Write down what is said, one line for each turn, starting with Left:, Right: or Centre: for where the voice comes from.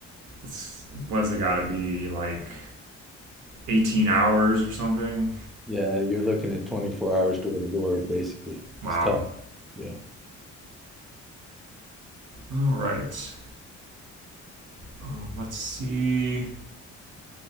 Right: it's what has it got to be like 18 hours or something?
Centre: Yeah, you're looking at 24 hours door to door, basically.
Right: Wow.
Centre: It's tough. Yeah.
Right: All right. Um, let's see.